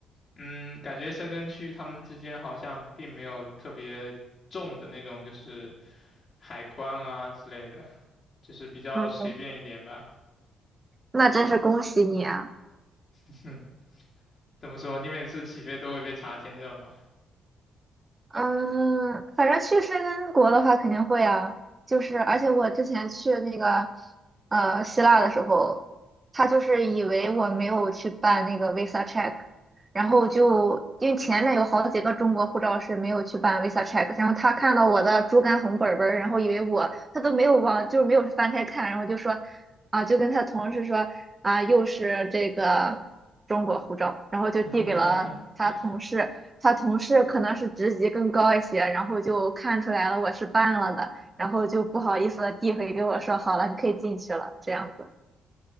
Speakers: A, on the left; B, on the right.
A: 嗯，感觉深根区他们之间好像并没有特别重的那种，就是海关啊之类的，就是比较随便一点吧。
B: 嗯，那真是恭喜你啊！
A: <laughs> 哼，怎么说？你每次起飞都会被查签证吗？
B: 嗯，反正去申根国的话肯定会啊，就是而且我之前去那个呃希腊的时候，他就是以为我没有去办那个 visa check，然后就因为前面有好几个中国护照是没有去办 visa check，然后他看到我的猪肝红本本儿，然后以为我他都没有往就是没有翻开看，然后就说啊就跟他同事说啊又是这个中国护照，然后就递给了他同事。
A: <laughs>
B: 他同事可能是职级更高一些，然后就看出来了我是办了的，然后就不好意思的递回给我说，好了，你可以进去了，这样子。